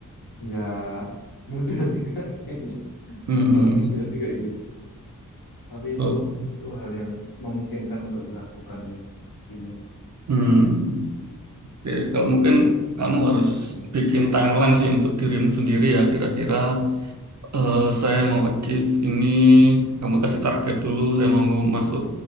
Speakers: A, on the left; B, on the right.
A: nggak <laughs> mudah sih Kak, kayaknya <laughs>
B: Hmm.
A: kalau aku lihat sih kayak gitu tapi
B: Oh.
A: itu itu hal yang memungkinkan untuk dilakukan ya intinya
B: Hmm. Oke, Kalau mungkin kamu harus
A: Mm,
B: bikin timeline sih untuk dirimu sendiri ya kira-kira Eh, saya mau achieve ini, kamu kasih target dulu. Saya mau masuk